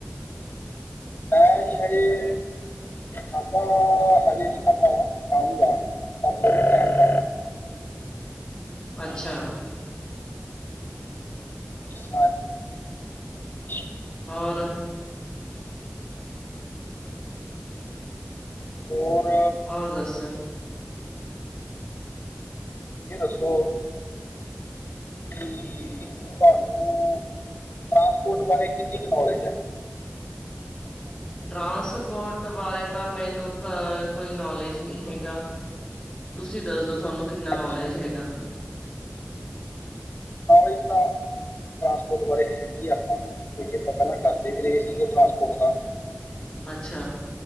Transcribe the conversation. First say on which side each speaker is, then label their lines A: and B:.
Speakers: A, on the left (about 45°); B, on the left (about 20°).
A: ਆਈ ਏ ਹਜੇ ਖਾਦਾ ਹਜੇ ਨੀ ਖਾਦਾ ਖਊਗਾ <unintelligible>
B: ਅੱਛਾ
A: ਹਾ ਜੀ
B: ਹੋਰ
A: ਹੋਰ
B: ਹੋਰ ਦਸਿਓ
A: ਇਹ ਦੱਸੋ ਕਿ ਤੁਹਾਨੂੰ ਟਰਾਂਸਪੋਰਟ ਬਾਰੇ ਕਿੰਨੀ ਕੁ ਨੌਲੇਜ ਹੈੱ
B: ਟਰਾਂਸਪੋਰਟ ਬਾਰੇ ਤਾਂ ਮੈਨੂੰ ਅ ਕੋਈ ਨੌਲੇਜ ਨਹੀਂ ਹੈਗਾ ਤੁਸੀਂ ਦੱਸਦੋ ਤੁਹਾਨੂੰ ਕਿੰਨਾ ਨੌਲੇਜ
A: ਅੱਛਾ ਜੀ
B: ਹੈਗਾ
A: ਬਾਰਿਸ਼ ਤਾਂ ਟਰਾਂਸਪੋਰਟ ਬਾਰੇ ਹੈਗੀ ਆ ਆਪਾਂ ਕਿਉਂਕਿ ਆਪਾਂ ਪਹਿਲਾਂ ਕਰਦੇ ਵੀ ਰਹੇ ਸੀਗੇ ਟਰਾਂਸਪੋਰਟ ਦਾ
B: ਅੱਛਾ